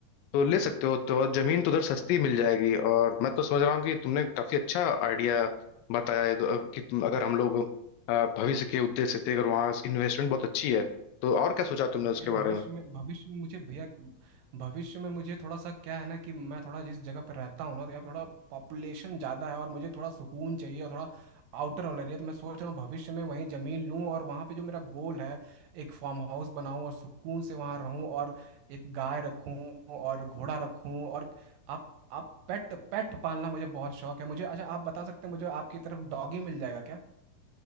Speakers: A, on the left; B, on the right.
A: तो ले सकते हो तो और जमीन तो उधर सस्ती मिल जाएगी और मैं तो समझ रहा हूँ कि तुमने काफी अच्छा आइडिया बताया है तो, कि तुम अगर हम लोग अ, भविष्य के उद्देश्य से अगर वहाँ इन्वेस्टमेंट बहुत अच्छी है तो और क्या सोचा तुमने
B: भैया
A: उसके बारे
B: भविष्य
A: में
B: में भविष्य में मुझे भैया भविष्य में मुझे थोड़ा सा क्या है ना कि मैं थोड़ा जिस जगह पर रहता हूँ ना तो यहाँ पे थोड़ा पॉपुलेशन ज़्यादा है और मुझे थोड़ा सुकून चाहिए और थोड़ा आउटर वाला एरिया तो मैं सोच रहा हूँ भविष्य में वहीं ज़मीन लूँ और वहाँ पे जो मेरा गोल है एक फार्म हाउस बनाऊँ और सुकून से वहाँ रहूँ और एक गाय रखूँ और घोड़ा रखूँ और आप आप पेट पेट पालना मुझे बहुत शौक है मुझे अच्छा आप बता सकते हैं मुझे आपकी तरफ डॉगी मिल जाएगा क्या